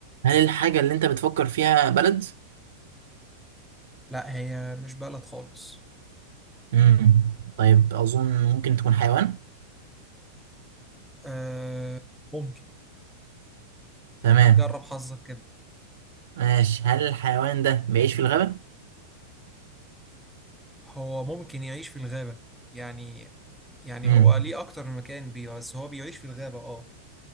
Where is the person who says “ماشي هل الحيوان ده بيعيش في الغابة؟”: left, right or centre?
Right